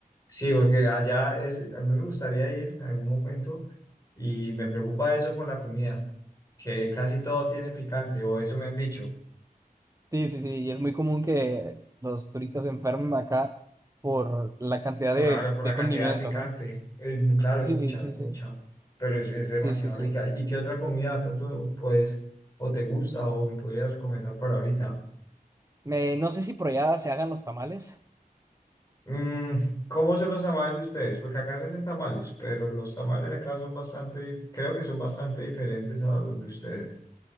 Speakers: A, on the left (about 20°); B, on the right (about 20°).
A: Sí, porque allá es, a mí me gustaría ir en algún momento y me preocupa eso con la comida, que casi todo tiene picante, o eso me han dicho.
B: Sí, sí, sí, y es muy común que los turistas se enfermen acá por la cantidad
A: Claro,
B: de,
A: por
B: de
A: la cantidad
B: condimento,
A: de picante.
B: ¿no?
A: Es claro,
B: Sí,
A: es mucha,
B: sí,
A: es mucha.
B: sí,
A: Pero es, es demasiado
B: sí, sí, sí.
A: rica. ¿Y qué otra comida de pronto puedes o te gusta o me podrías recomendar para ahorita?
B: Me- no sé si por allá se hagan los tamales.
A: Mm, ¿cómo son los tamales de ustedes? Porque acá se hacen tamales, pero los tamales de acá son bastante, creo que son bastante diferentes a los de ustedes.